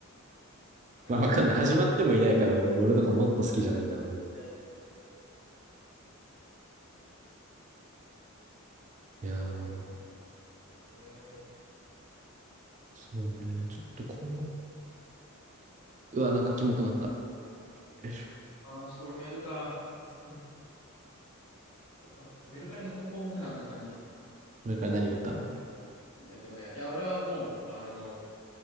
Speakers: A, on the left; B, on the right.
A: なんかもう次、
B: まあわかんない。始まってもいないから、俺とかもっと好きじゃないんだろうけど。
A: はいっ
B: いやー、
A: て思います。うーん。
B: そうね。ちょっとこの、うわ、なんかキモくなった。よいしょ。
A: ああ、ちょっと俺もやるか。マスク。ちょっとメルカリの梱包もせなあかんのに。うん
B: これから何言ったの
A: えっとね、いや、俺はもう、あの